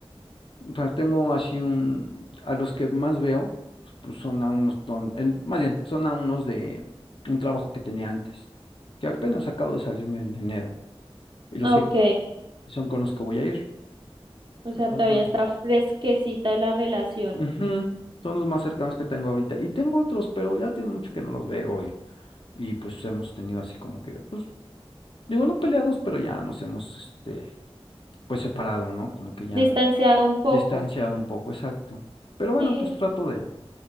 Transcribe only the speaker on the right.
Ok,
o sea,
todavía
está fresquecita la relación.
distanciado un poco,
sí,